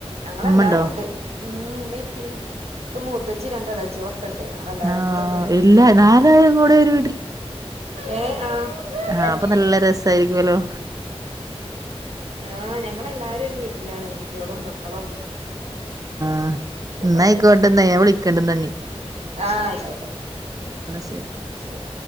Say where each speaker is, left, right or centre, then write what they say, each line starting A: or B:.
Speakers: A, on the right; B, on the right.
A: ഞങ്ങളെല്ലാരും
B: ഉമ്മണ്ടോ
A: ണ്ട് ഉ മിം പിംക്ക് മൂത്തച്ചിരണ്ടളച്ചോള ക്കെണ്ട് അങ്ങളെല്ലാരും
B: ആഹ്
A: കൂടെ ഒരു ഫേ
B: ഇല്ല
A: തിലാണ്
B: നാലാളും കൂടെ ഒരു
A: ഏ ആ ഞങ്ങള്-
B: ആഅപ്പൊ നല്ല രസായിരിക്കോലോ
A: ആ ഞങ്ങളെല്ലാരും ഒരു വീട്ടിലാണ് കുട്ട്യേളും മക്കളും
B: അ
A: ഒക്കെ
B: ഇന്നായ്ക്കോട്ടെന്ന
A: പാടായിട്ട്
B: വിളിക്കണ്ടന്നാഞ്ഞി
A: ആ ആയിക്കോട്ടെ
B: ശരി
A: ശരി